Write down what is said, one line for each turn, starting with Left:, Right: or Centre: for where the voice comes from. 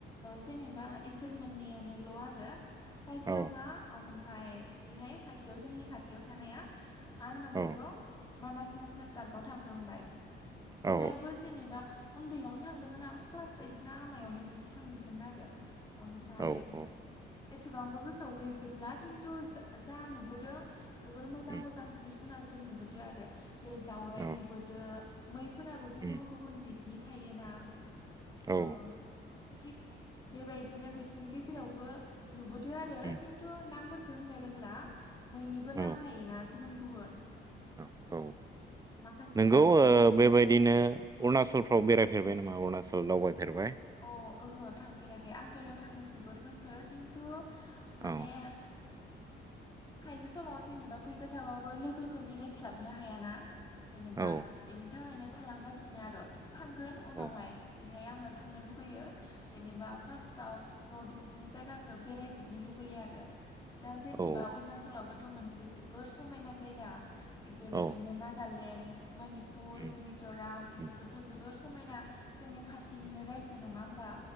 Left: जेनेबा इसोर मोननैयानोल आरो काजिरङा
Right: औ
Left: ओमफ्राय बेहाय खाथियाव जोंनि खाथियाव थानाया मानोमोन
Right: औ
Left: बेखौ मानास नेसनेल पार्कआव थांखांबाय बेवहायबो
Right: औ
Left: जेनेबा उन्दैयावनो थांदोंमोन आं क्लास ओइद ना आमायावनो बिदि थांदोंमोन आरो ओमफ्राय
Right: औ औ
Left: एसेबांबो गोसोआव गैजोबला खिन्थु जा जा नुबोदों जोबोर मोजां
Right: उम
Left: मोजां जिब जुनार फोर नुबोदों आरो जेरै दाावराइ
Right: औ
Left: नुबोदों मैफोराबो गुबुन
Right: उम
Left: गुबुन बि नि थायोना
Right: औ
Left: ओ थिग बेबायदिनो बिसोरनि गेजेराव नुबोदो आरो
Right: उम
Left: खिन्थु नामफोरखौ होननो रोंला मैनिबो नाम
Right: औ
Left: थायोना गुबुन गुबुन
Right: <unintelligible> औ
Left: माखासे
Right: नोंगौ
Left: दाउराइ नुबोदो
Right: बेबायदिनो नो अरुणनाचलफ्राव बेरायफेरबाय नामा अरुणाचल दावबायफेरबाय
Left: अ ओहो थांफेराखै आंथ इयाव थांनो जोबोद गोसो खिन्थु माने
Right: औ
Left: खायसे समाव जेनेबा फैसा थाबाबो लोगोखौ मिलायस्लाबनो हायाना जेनेबा
Right: औ
Left: इनि थाखायनो थालांगासिनो आर' थांगोन उनावहाय
Right: औ
Left: बेहाय आङो थांनो लुुबैयो जेननोबा फार्स्टआव नर्थ इस्टनि जायगाखौ बेरायजोबनो लुुबैयो आरो दा जेनेबा
Right: औ
Left: अरुणाचलाबोथ' मोनसे जोबोर समायना जायगा थिग बेबायदिनो
Right: औ
Left: नागालेण्ड मोनिपुर
Right: उम
Left: मिज'राम बेफोरबोथ'
Right: उम
Left: जोबोर स समायना जोंनि खाथिनिनो
Right: उम,
Left: रायजो नङा होमबा